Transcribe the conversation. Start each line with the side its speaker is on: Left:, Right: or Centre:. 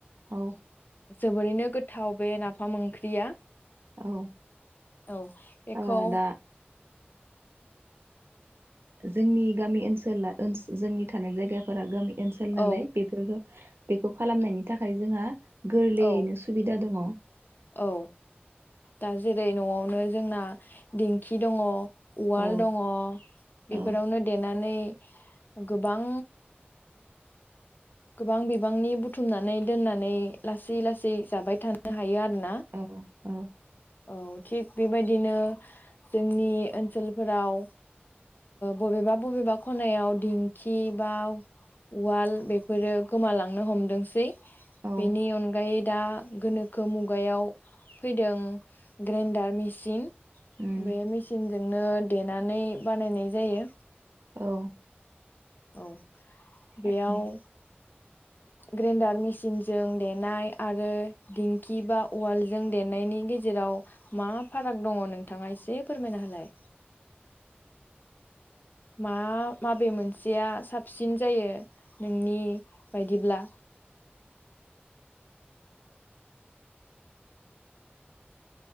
Right: औ।
Left: जोबोरैनो गोथाव बे नाफाम ओंख्रिया।
Right: औ
Left: औ बेखौ
Right: ओ दा जोंनि गामि ओनसोला ओसोल जोंनि थानाय जायगाफोरा गामि ओनसोल नालाय
Left: औ
Right: बेफोरखौ बेखौ खालामनायनि थाखाय जोंहा गोरलैयैनो
Left: औ
Right: सुबिदा दङ।
Left: औ दा जेरै नआवनो जोंना दिंखि दङ उवाल
Right: औ
Left: दङ
Right: औ
Left: बेफोरावनो देनानै गोबां गोबां बिबांनि बुथुमनानै दोननानै लासै लासै जाबाय थानो हायो आरो।
Right: औ औ
Left: औ थिग बेबायदिनो जोंनि ओनसोलफोराव बबेबा बबेबा खनायाव दिंखि बा उवाल बेखौ बेफोरो गोमालांनो हमदोंसै
Right: औ
Left: बेनि अनगायै दा गोनोखो मुगायाव फैदों ग्रेन्डार मेसिन
Right: उम
Left: बे मेसिन जोंनो देनानै बानायनाय जायो।
Right: औ
Left: औ
Right: थारैनो
Left: बेयाव ग्रेन्डार मेसिनजों देनाय आरो दिंखि बा उवालजों देनायनि गेजेराव मा फाराग दङ नोंथाङा एसे फोरमायना होलाय। मा माबे मोनसेया साबसिन जायो नोंनि बायदिब्ला?